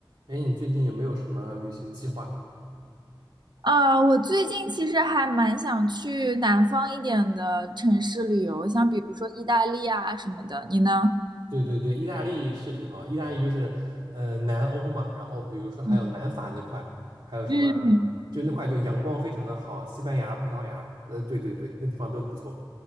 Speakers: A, on the right; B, on the right.
A: 哎，你最近有没有什么旅行计划？
B: 呃，我最近其实还蛮想去南方一点的城市旅游，像比如说意大利啊什么的。你呢？
A: 对对对，意大利是挺好，意大利就是呃南欧嘛，然后比如说还有南法那块，
B: 嗯，
A: 还有什么，
B: 嗯，
A: 就那块就阳光非常的好，西班牙、葡萄牙，呃，对对对，那地方都不错。